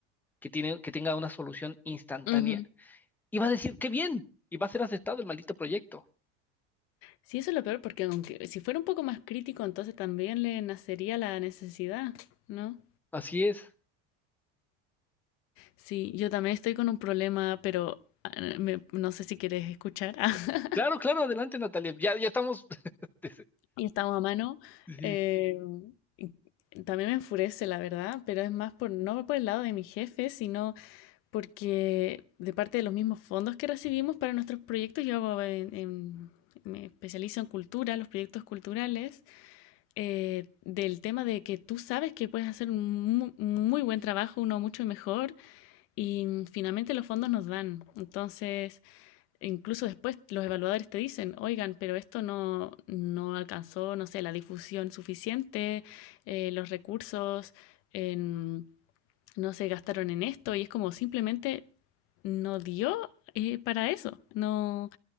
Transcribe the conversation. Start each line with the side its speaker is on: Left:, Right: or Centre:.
Centre: que tiene, que tenga una solución instantánea.
Left: Ujú.
Centre: Y va a decir, qué bien, y va a ser aceptado el maldito proyecto.
Left: Sí, eso es lo peor porque aunque si fuera un poco más crítico, entonces también le nacería la necesidad, ¿no?
Centre: Así es.
Left: Sí, yo también estoy con un problema, pero ah, me- no sé si quieres escuchar. <laughs>
Centre: Claro, claro, adelante, Natalia. Ya, ya estamos. <laughs>
Left: Y estamos a mano.
Centre: Sí.
Left: eh, y también me enfurece, la verdad, pero es más por no por el lado de mi jefe, sino porque de parte de los mismos fondos que recibimos para nuestros proyectos, yo hago en- en- me especializo en cultura, los proyectos culturales, eh, del tema de que tú sabes que puedes hacer un mu- muy buen trabajo, uno mucho mejor, y finalmente los fondos nos dan. Entonces... Incluso después los evaluadores te dicen, oigan, pero esto no, no alcanzó, no sé, la difusión suficiente, eh, los recursos en- no se gastaron en esto y es como simplemente no dio eh, para eso, no,